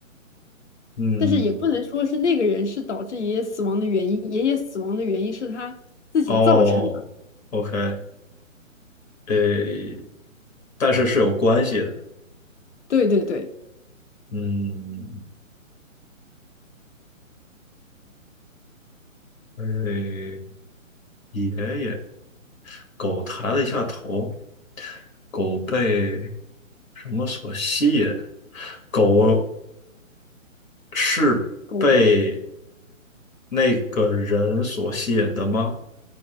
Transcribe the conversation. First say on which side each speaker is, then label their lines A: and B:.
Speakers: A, on the left (about 75°); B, on the left (about 55°).
A: 嗯，
B: 但是也不能说是那个人是导致爷爷死亡的原因，爷爷死亡的原因是他自己造成的。
A: 哦，OK，呃，但是是有关系的。
B: 对对对，
A: 嗯，呃，爷爷，狗抬了一下头，狗被什么所吸引？狗是被
B: 狗
A: 那个人所吸引的吗？